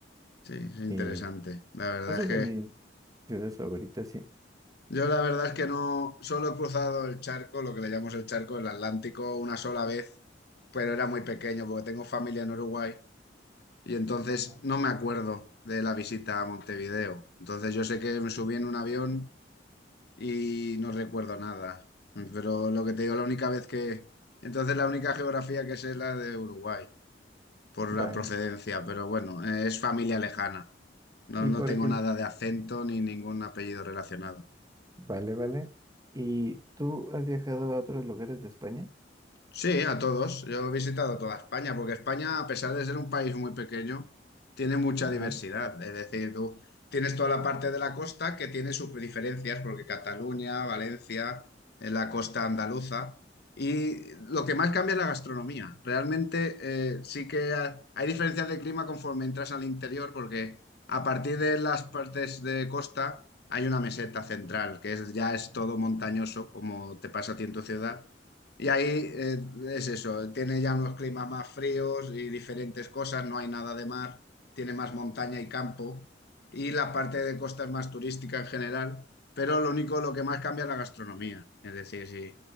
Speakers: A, on the left; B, on the right.
A: Sí, es interesante.
B: Y
A: La verdad
B: esa
A: es
B: es
A: que
B: de mis ciudades favoritas, sí.
A: yo la verdad es que no, solo he cruzado el charco, lo que le llamamos el charco, el Atlántico, una sola vez, pero era muy pequeño porque tengo familia en Uruguay. Y entonces
B: Ah,
A: no me acuerdo de la visita a Montevideo. Entonces yo sé que me subí en un avión y no recuerdo nada. Pero lo que te digo, la única vez que... Entonces la única geografía que sé es la de Uruguay, por
B: Vale.
A: la procedencia, pero bueno, eh, es familia lejana. No,
B: Y
A: no
B: por
A: tengo
B: ejemplo,
A: nada de acento ni ningún apellido relacionado.
B: vale, vale. ¿Y tú has viajado a otros lugares de España?
A: Sí, a todos. Yo he visitado toda España, porque España, a pesar de ser un país muy pequeño, tiene mucha
B: Ajá.
A: diversidad. Es decir, tú tienes toda la parte de la costa que tiene sus diferencias, porque Cataluña, Valencia, en la costa andaluza. Y lo que más cambia es la gastronomía. Realmente eh, sí que ha- hay diferencias de clima conforme entras al interior, porque a partir de las partes de costa hay una meseta central, que es, ya es todo montañoso, como te pasa a ti en tu ciudad y ahí eh, es eso, tiene ya unos climas más fríos y diferentes cosas, no hay nada de mar, tiene más montaña y campo, y la parte de costa es más turística en general, pero lo único, lo que más cambia es la gastronomía. Es decir, si